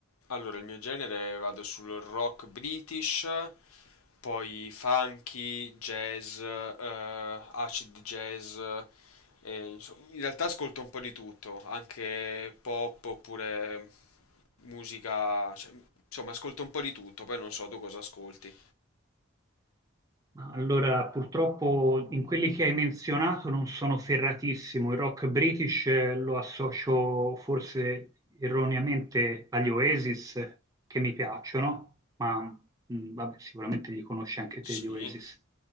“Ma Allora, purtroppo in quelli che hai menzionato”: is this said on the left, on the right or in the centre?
Right